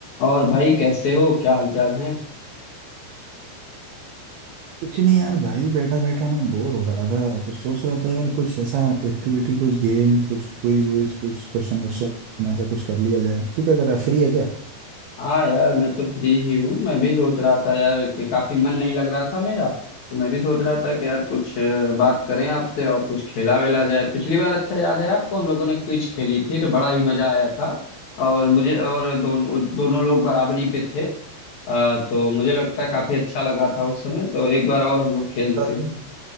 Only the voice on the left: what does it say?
और भाई कैसे हो क्या हालचाल है
हाँ यार मैं तो फ्री ही हूँ मैं भी सोच रहा था यार कि काफी मन नहीं लग रहा था मेरा तो मैं भी सोच रहा था कि यार कुछ अ, बात करें आपसे और कुछ खेला वेला जाए पिछली बार अच्छा याद है आपको हम लोगों ने क्विज खेली थी तो बड़ा ही मजा आया था और मुझे और दोनों दोनों लोग बराबरी पे थे अ, तो मुझे लगता है काफी अच्छा लगा था उस समय तो एक बार और हम लोग खेलते
हैं